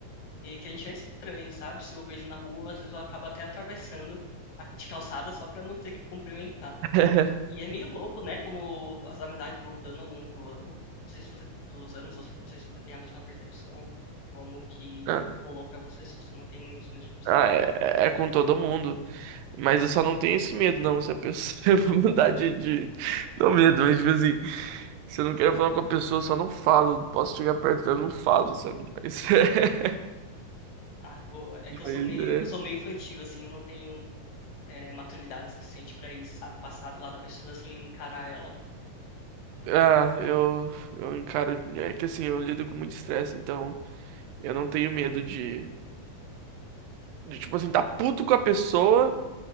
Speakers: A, on the left (about 65°); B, on the right (about 85°).
A: E que a gente é estranho, sabe? Se eu vejo na rua, às vezes eu acabo até atravessando a- de calçada só pra não ter que cumprimentar.
B: <laughs>
A: E é meio louco, né? Como as amizades vão mudando ao longo do ano. Não sei se você, dos anos, você- não sei se você tem a mesma percepção, como que
B: Ah,
A: rolou pra você, se você mantém os mesmos
B: ah,
A: amigos.
B: é,
A: né?
B: é com todo mundo. Mas eu só não tenho esse medo, não. Se a pessoa <laughs> eu mudar de, de. Não medo, mas tipo assim, se eu não quero falar com a pessoa, eu só não falo. Posso chegar perto dela, eu não falo, sabe? Mas, <laughs>
A: Ah, boa. É
B: mas
A: que eu sou meio,
B: é.
A: eu sou meio infantil, assim, eu não tenho, é, maturidade suficiente pra isso, sabe? Passar do lado da pessoa, assim, encarar ela.
B: Ah, eu, eu encaro. É que assim, eu lido com muito estresse, então eu não tenho medo de. de, tipo assim, tá puto com a pessoa